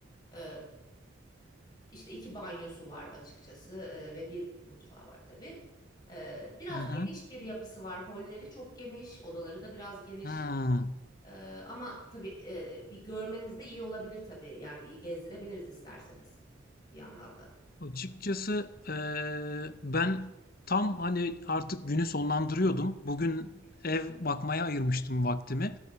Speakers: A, on the left; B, on the left.
A: E, işte iki banyosu var açıkçası e, ve bir mutfağı var tabii. E, biraz
B: Hı hı.
A: geniş bir yapısı var. Holleri çok geniş, odaları da biraz geniş.
B: Hı.
A: Ee, ama tabii e, bir görmeniz de iyi olabilir tabii. Yani bir iyi gezdirebiliriz isterseniz bir yandan da.
B: Açıkçası eee, ben tam hani artık günü sonlandırıyordum. Bugün
A: Hı
B: ev bakmaya ayırmıştım vaktimi.